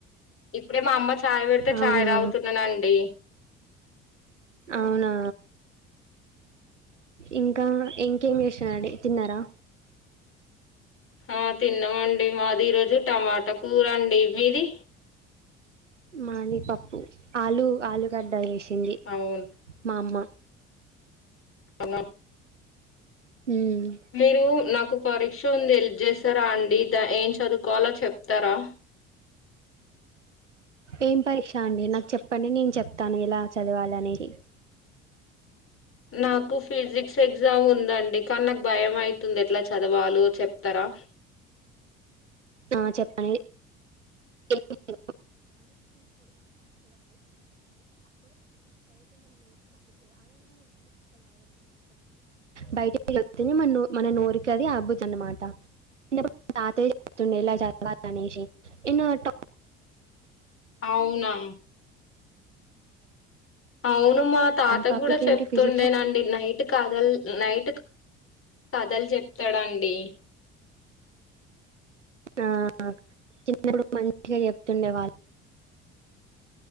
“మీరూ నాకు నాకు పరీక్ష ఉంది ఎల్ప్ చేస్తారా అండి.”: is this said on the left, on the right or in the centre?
Left